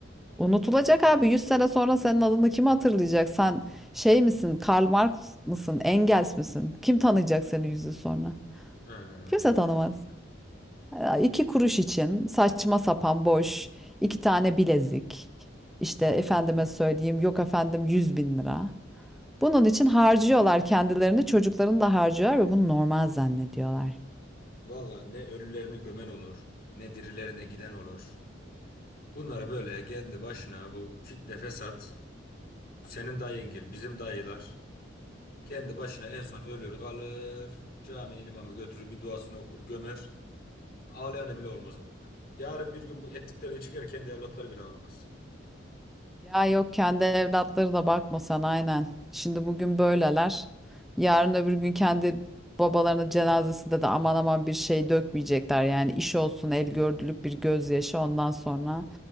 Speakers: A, in the centre; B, on the left.
A: Unutulacak abi. 100 sene sonra senin adını kim hatırlayacak? Sen şey misin? Karl Marx mısın? Engels misin? Kim tanıyacak seni 100 yıl sonra?
B: He, aynen
A: Kimse tanımaz.
B: öyle. oldu.
A: Ya İki kuruş için saçma sapan boş iki tane bilezik. İşte efendime söyleyeyim yok efendim 100 bin lira. Bunun için
B: Allah.
A: harcıyorlar kendilerini çocuklarını da harcıyorlar ve bunu normal zannediyorlar.
B: Vallahi ne ölülerini gömen olur, ne dirilerine giden olur. Bunları böyle kendi başına bu fitne fesat Senin dayıngil, bizim dayılar. Kendi başına en son ölür kalır. Caminin imamı götürür bir duasını okur gömer. Ağlayanı bile olmaz vallahi. Yarın bir gün bu ettiklerini çeker kendi evlatları bile ağlamaz.
A: Ya yok kendi evlatları da bakma sen aynen. Şimdi bugün böyleler. Yarın öbür gün kendi babalarının cenazesinde de aman aman bir şey dökmeyecekler. Yani iş olsun el gördülük bir gözyaşı ondan sonra